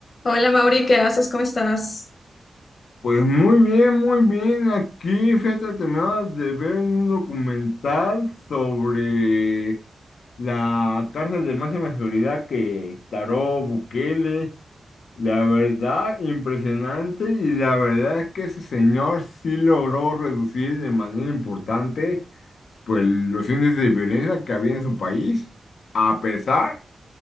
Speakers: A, on the left; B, on the left.
A: Hola Mauri, ¿qué haces? ¿Cómo estás?
B: Pues muy bien, muy bien. Aquí, fíjate, terminaba de ver un documental sobre la cárcel de máxima seguridad que instauró Bukele. La verdad, impresionante. Y la verdad es que ese señor sí logró reducir de manera importante, pues, los índices de violencia que había en su país, a pesar